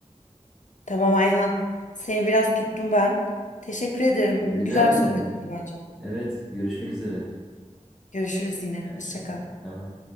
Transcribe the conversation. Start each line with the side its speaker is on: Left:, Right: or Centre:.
Left: Tamam Ayhan. Seni biraz tuttum ben. Teşekkür ederim.
Centre: Rica
Left: Güzel
Centre: ederim.
Left: bir sohbet oldu bence.
Centre: Evet, görüşmek üzere.
Left: Görüşürüz yine.
Centre: İyi akşamlar.
Left: Hoşça kal.
Centre: Bay bay.